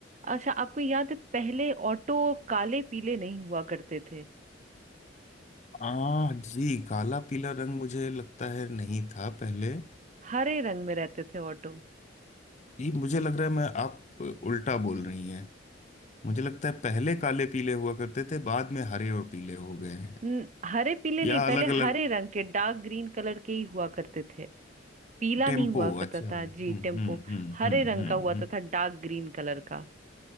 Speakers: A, on the right; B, on the left.
A: अच्छा आपको याद है पहले ऑटो काले पीले नहीं हुआ करते थे
B: आ जी काला पीला रंग मुझे लगता है नहीं था पहले
A: हरे रंग में रहते थे ऑटो
B: ये मुझे लग रहा है मैं आप उल्टा बोल रही हैं मुझे लगता है पहले काले पीले हुआ करते थे बाद में हरे और पीले हो गए हैं
A: न- हरे पीले
B: या
A: नहीं पहले
B: अलग अलग
A: हरे रंग के डार्क ग्रीन कलर के ही हुआ करते थे पीला
B: टेम्पो
A: नहीं हुआ करता
B: अच्छा हम्म
A: था जी
B: हम्म
A: टेम्पो
B: हम्म
A: हरे
B: हम्म
A: रंग का हुआ
B: हम्म
A: तो था डार्क ग्रीन कलर का